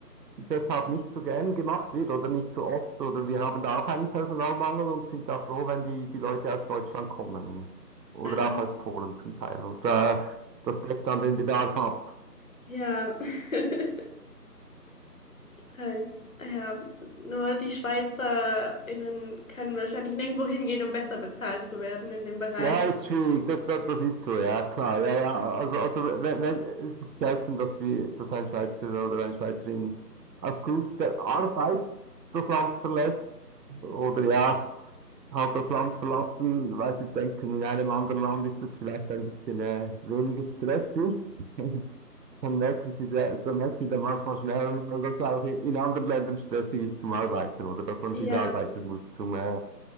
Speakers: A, on the right (about 80°); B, on the left (about 55°).
A: deshalb nicht so gern gemacht wird oder nicht so oft. Oder wir haben da auch einen Personalmangel und sind da froh, wenn die, die Leute aus Deutschland kommen oder
B: Ah,
A: auch aus Polen zum Teil. Und äh, das deckt dann den Bedarf ab.
B: Ja. <laughs> Halt, ja, nur die SchweizerInnen können wahrscheinlich nirgendwo hingehen, um besser bezahlt zu werden in dem Bereich.
A: Ja, ist schwierig, das, das, das ist so, ja, klar, ja, ja, also, also wenn, wenn, es ist selten, dass wir, dass ein Schweizer oder eine Schweizerin aufgrund der Arbeit das Land verlässt oder ja, halt das Land verlassen, weil sie denken, in einem anderen Land ist es vielleicht ein bisschen äh, weniger stressig <laughs> und dann merken sie, sehr, dann merken sie dann manchmal schnell, dass es auch in in anderen Ländern stressig ist zum Arbeiten oder dass man
B: Ja,
A: viel arbeiten muss zum, äh,